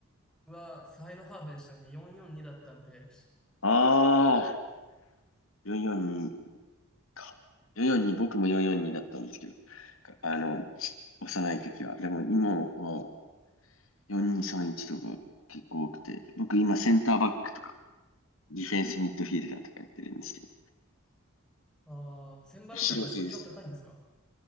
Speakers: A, in the centre; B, on the left (about 75°).
A: うわー、サイドハーフでしたね。442だったんで。
B: ああ、442。か。442、僕も442だったんですけど、かあの、ち幼い時は。でも今は4231とか結構多くて、僕今センターバックとか、ディフェンスミッドフィールダーとかやってるんですけど。
A: あー、センバロってやっぱ身長高いんですか
B: 後ろ手です。